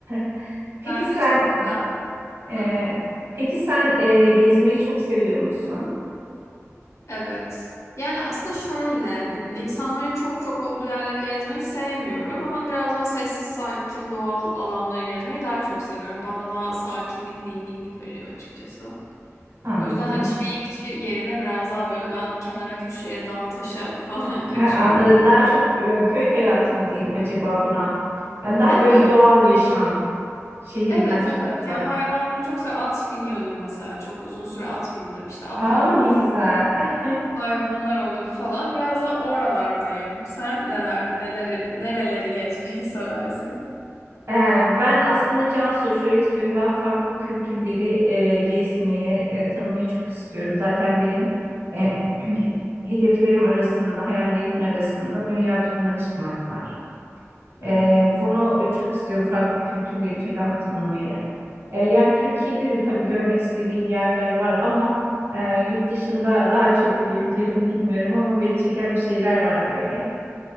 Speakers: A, on the right (about 55°); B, on the left (about 70°).
A: <laughs> Peki
B: Bence
A: sen
B: çok güzel.
A: e,
B: Hı.
A: peki sen e, gezmeyi çok seviyor musun?
B: Evet. Yani aslında şöyle, m, insanların çok çok olduğu yerleri gezmeyi sevmiyorum ama biraz daha sessiz, sakin, doğal alanları gezmeyi daha çok seviyorum. Bana daha sakinlik, dinginlik veriyor açıkçası.
A: Anladım.
B: O yüzden hani şehir içi yerine biraz daha böyle ben kenara köşeye, dağa, taşa <laughs> falan kaçıyorum.
A: Ha, anladım. Daha çok e, köy hayatı mı diyelim acaba buna? Yani daha
B: Evet.
A: böyle doğal yaşam şehirden
B: Evet
A: çok
B: evet.
A: uzak.
B: Yani hayvanları çok sev at biniyordum mesela. Çok uzun süre at bindim. İşte atlar
A: Aa
B: olur,
A: ne güzel. <laughs>
B: hayvanlar olur falan. Biraz da oralardayım. Sen neler neleri nereleri gezmeyi <laughs> seversin?
A: Ee, Ben aslında Cansu şöyle söyleyeyim ben farklı kültürleri e, gezmeyi, e, tanımayı çok istiyorum. Zaten benim e, <clears throat> hedeflerim arasında, hayallerimin arasında dünya turuna çıkmak var. E,
B: Evet.
A: bunu e, çok istiyorum farklı kültürleri falan tanımayı. E, yani Türkiye'de de tabii görmek istediğim yerler var ama e, yurt dışında daha çok diyebilirim bilmiyorum ama beni çeken bir şeyler var böyle.